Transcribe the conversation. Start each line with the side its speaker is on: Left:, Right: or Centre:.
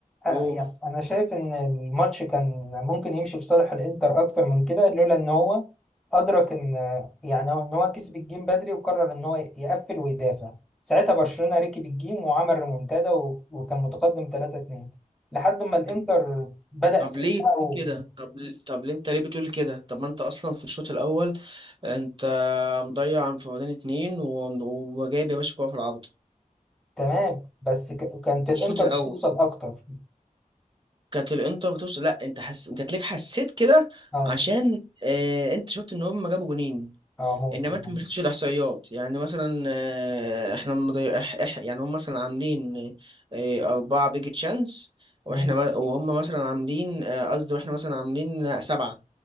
Centre: آه
Right: اوه
Centre: يعني انا شايف ان الماتش كان ممكن يمشي في صالح الانتر اكتر من كده لولا ان هو ادرك ان يعني هو- ان هو كسب الجيم بدري وقرر ان هو يقفل ويدافع ساعتها برشلونة ركب الجيم وعمل ريمونتادا و- وكان متقدم 3-2 لحد ما الانتر
Right: طب
Centre: بدأ
Right: طب
Centre: فاق
Right: ليه بتقول كده طب طب ليه انت ليه بتقول كده طب ما انت اصلا في الشوط الاول انت مضيع انفرادين اتنين و- وجايب يا باشا كوره في العارضه
Centre: تمام بس ك... كانت
Right: في
Centre: الانتر
Right: الشوط الاول
Centre: بتوصل اكتر
Right: كانت الانتر بتوصل لا انت حس... انت تلاقيك حسيت كده
Centre: اه
Right: عشان اه... انت شفت ان هم جابوا جونين
Centre: اه ممكن
Right: انما انت
Centre: آه.
Right: ما شفتش الاحصائيات يعني مثلا آه، احنا مضي... إح... إح... يعني هم مثلا عاملين آه، اربعة بيج تشانس واحنا
Centre: مم.
Right: ما... وهم مثلا عاملين آه، قصدي واحنا مثلا عاملين آه، سبعة